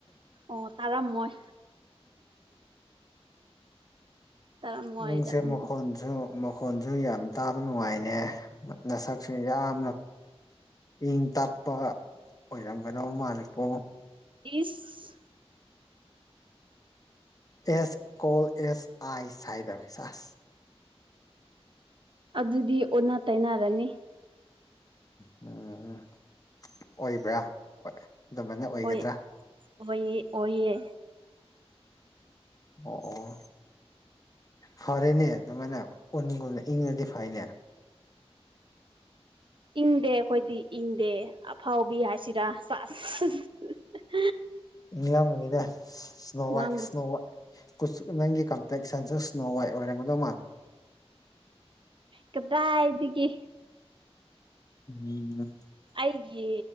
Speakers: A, on the right; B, on the left.
A: ꯑꯣ ꯇꯔꯥ ꯃꯣꯏ ꯇꯥꯔꯝꯃꯣꯏ
B: ꯅꯪꯁꯦ
A: ꯇꯥꯔꯝꯃꯣꯏ
B: ꯈꯣꯟꯟꯁꯨ ꯃꯈꯣꯟꯁꯨ ꯌꯥꯝ ꯇꯥꯕ ꯅꯨꯡꯉꯥꯏꯅꯦ ꯅꯁꯛꯁꯨ ꯌꯥꯝꯅ ꯏꯪ ꯇꯞꯄ ꯑꯣꯏꯔꯝꯒꯗꯕ ꯃꯥꯜꯂꯦꯀꯣ
A: ꯏꯁꯁ
B: ꯑꯦꯁ ꯀꯣꯜ ꯑꯦꯁ ꯑꯥꯏ ꯁꯥꯏꯗ ꯆꯁ
A: ꯑꯗꯨꯗꯤ ꯑꯣꯟꯅ ꯇꯩꯅꯅꯔꯅꯤ
B: ꯎꯝ ꯑꯣꯏꯕ꯭ꯔꯥ ꯍꯣꯏ ꯑꯗꯨꯃꯥꯏꯅ ꯑꯣꯏꯒꯗ꯭ꯔꯥ
A: ꯑꯣꯏ ꯑꯣꯏꯌꯦ ꯑꯣꯏꯌꯦ
B: ꯑꯣ ꯑꯣ ꯐꯔꯦꯅꯦ ꯑꯗꯨꯃꯅꯒ ꯏꯪꯔꯖ ꯐꯅꯦ
A: ꯏꯪꯗꯦ ꯑꯩꯈꯣꯏꯗꯤ ꯏꯪꯗꯦ ꯑꯐꯥꯎꯕꯤ ꯍꯥꯏꯁꯤꯔꯥ <unintelligible>
B: ꯅꯪ ꯕꯨꯅꯤꯗ ꯁꯅꯣ
A: ꯉꯥꯡꯕ
B: ꯋꯥꯏ ꯁꯅꯣ ꯋꯥꯏ ꯀꯨꯆꯛ ꯅꯪꯒꯤ ꯀꯝꯄ꯭ꯂꯦꯛꯁ ꯁꯦꯟꯁꯔ ꯁꯅꯣꯋꯥꯏ ꯑꯣꯏꯔꯝꯒꯗꯧ ꯃꯥꯜꯂꯦ
A: ꯀꯗꯥꯢ ꯗꯒꯤ
B: ꯎꯝ
A: ꯑꯩꯒꯤ